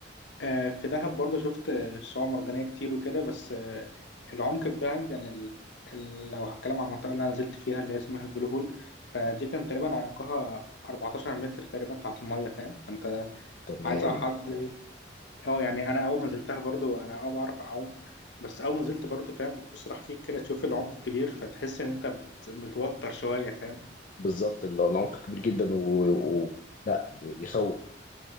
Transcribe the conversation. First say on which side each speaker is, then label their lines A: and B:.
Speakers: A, on the left; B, on the left.
A: آه، في دهب برضه شفت آه، شعاب مرجانية كتير وكده بس آه، العمق في دهب يعني ال... ال... لو هتكلم عن المنطقة اللي أنا نزلت فيها اللي هي اسمها البلو هول فدي كان تقريبا عمقها 14 متر تقريبا تحت المية فاهم فأنت
B: تمام
A: عايز على حد اه يعني أنا أول ما نزلتها برضه أنا اه بعرف أعوم بس أول ما نزلت برضه فاهم بتبص تحتيك كده تشوف العمق الكبير فتحس إن أنت مت... متوتر شوية فاهم
B: بالظبط ال- العمق كبير جدا و... و... لا يخوف